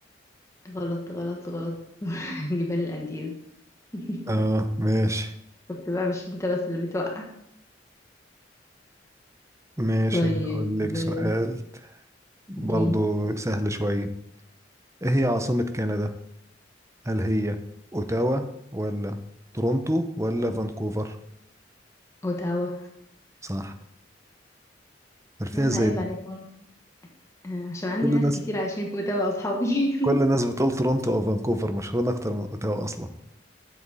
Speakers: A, on the left; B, on the right.
A: غلط غلط غلط <laughs> جبال الأنديز <laughs>
B: آه ماشي
A: شفت بقى مش انت بس اللي بتوقع
B: ماشي
A: طيب
B: هقول لك
A: آه،
B: سؤال برضو
A: دين
B: سهل شوية إيه هي عاصمة كندا؟ هل هي أوتاوا ولا تورونتو ولا فانكوفر؟
A: اوتاوا
B: صح عرفتها
A: لا انا
B: إزاي
A: عيب
B: دي؟
A: عليك برضه. آه، عشان عندي
B: كل
A: ناس
B: الناس
A: كتير عايشين في اوتاوا اصحابي <laughs>
B: كل الناس بتقول تورونتو أو فانكوفر مشهورين أكتر من أوتاوا أصلا